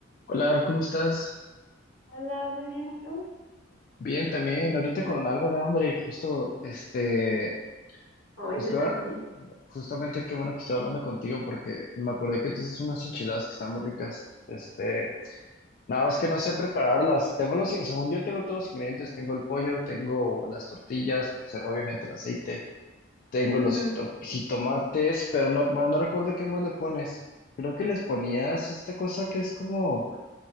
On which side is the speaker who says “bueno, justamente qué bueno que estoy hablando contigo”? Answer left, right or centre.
Left